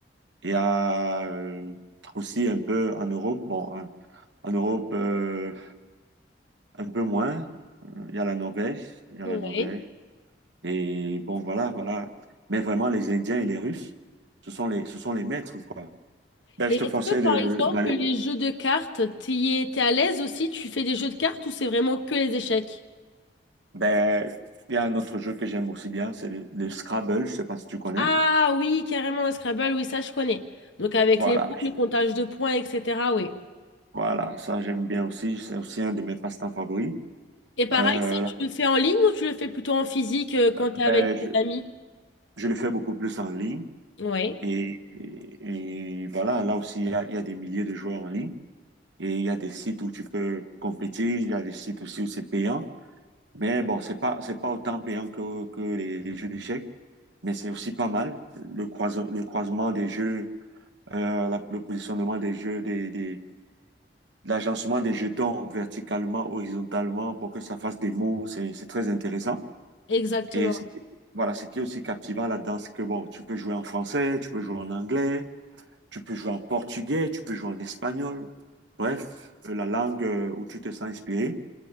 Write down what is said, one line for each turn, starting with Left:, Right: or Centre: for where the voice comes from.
Right: il y a euh, aussi un peu en Europe, bon, en, en Europe euh, un peu moins, Euh, il y a la Norvège, il y a
Left: oui.
Right: la Norvège, et bon, voilà, voilà. Mais vraiment, les Indiens et les Russes, ce sont les, ce sont les maîtres, quoi. Ben,
Left: Et
Right: je te conseille
Left: est-ce que, par
Right: de-
Left: exemple,
Right: d'aller
Left: les jeux de cartes, t'y es- t'es à l'aise aussi? Tu fais des jeux de cartes ou c'est vraiment que les échecs?
Right: Ben, il y a un autre jeu que j'aime aussi bien, c'est le, le Scrabble, je sais pas si tu connais.
Left: Ah oui, carrément le Scrabble, oui, ça je connais. Donc avec
Right: Voilà,
Left: les mots,
Right: je-
Left: le comptage de points, etc. Oui.
Right: voilà, ça j'aime bien aussi, c'est aussi un de mes passe-temps favoris.
Left: Et pareil,
Right: Euh,
Left: ça, tu le fais en ligne ou tu le fais plutôt en physique euh, quand
Right: ben,
Left: tu es avec
Right: je,
Left: tes amis?
Right: je le fais beaucoup plus en ligne
Left: Oui,
Right: et, et, et voilà, là aussi il y a, il y a des milliers de joueurs en ligne et il y a des sites où tu peux compétir, il y a des sites aussi où c'est payant, mais bon, c'est pas c'est pas autant payant que, que les, les jeux d'échecs, mais c'est aussi pas mal le croise, le croisement des jeux, euh, la- le positionnement des jeux des des- l'agencement des jetons verticalement, horizontalement, pour que ça fasse des mots, c'est c'est très intéressant.
Left: exactement.
Right: Et c'est- voilà, ce qui est aussi captivant là-dedans, c'est que bon, tu peux jouer en français, tu peux jouer en anglais, tu peux jouer en portugais, tu peux jouer en espagnol. Bref, euh, la langue euh, où tu te sens inspiré,